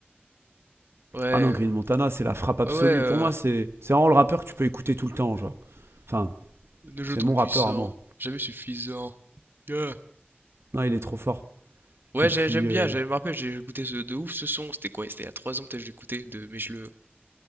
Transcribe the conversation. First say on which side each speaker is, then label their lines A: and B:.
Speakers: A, on the right; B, on the right.
A: Ouais,
B: Ah non, Green Montana, c'est la frappe absolue.
A: ouais, ouais. euh,
B: Pour moi, c'est c'est vraiment le rappeur que tu peux écouter tout le temps, genre. Enfin,
A: Nos jeux
B: c'est
A: trop
B: mon
A: puissants,
B: rappeur à moi.
A: jamais suffisant. Yeah.
B: Non, il est trop fort.
A: Ouais,
B: Et
A: j'ai-
B: puis.
A: j'aime bien,
B: euh,
A: j'ai- je me rappelle, j'ai écouté ce, de ouf ce son. C'était quoi? C'était il y a 3 ans, peut-être, que je l'écoutais, de... mais je le,